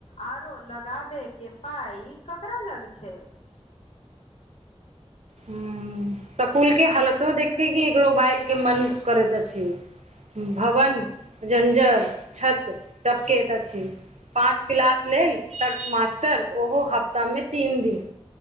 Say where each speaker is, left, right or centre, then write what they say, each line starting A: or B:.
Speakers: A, on the left; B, on the right.
A: आरो लगाबे के पाय ककरा लग छै?
B: हुं सकूल के हालतो देखे क एकरो बाइल के मन करैत अछि। भवन जंजर छत टपकैत। पाँच क्लास लेल मास्टर ओहो हफ्ता हप्ता मे तीन दिन,